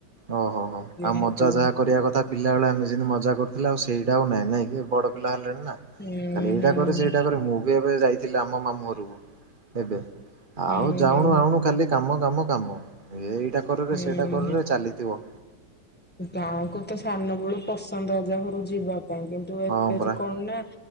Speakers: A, on the right; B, in the centre.
A: ଓହୋ ହୋ
B: ଯେହେତୁ
A: ଆଉ ମଜା ଯାହା କରିବା କଥା ପିଲାବେଳେ ଆମେ ଯେମିତି ମଜା କରୁଥିଲେ ଆଉ ସେଇ ସେ ଆଉ ନାଇ ନାଇଁ କି ବଡ଼ ପିଲା ହେ ଲେ ନା
B: ହୁଁ
A: ଖାଲି ଏଇଟା
B: ହୁଁ।
A: କରେ ସେଇଟା କରେ ମୁଁ ବି ଏବେ ଯାଇ ଥିଲେ ଆମ ମାମୁଁ ଘରକୁ ଏବେ
B: ହୁଁ
A: ଆଉ
B: ହୁଁ
A: ଜାଉଣୁ
B: ହୁଁ
A: ଆଣୁ ଖାଲି କାମ। କାମ କାମ ଏଇଇ <inaudible> ଏଖଟୁରେ
B: ହୁଁ
A: ସେଇଟା କରରେ
B: ହୁଁ
A: ଚାଲି ହ
B: ଗାଁକୁ ତ ସାନ ବଳୁ ପସନ୍ଦ ଅଜା ଘରୁ ଯିବା କାଇଁ କିନ୍ତୁ ଏବେ
A: ହଁ ପରା।
B: ତ କଣ ନା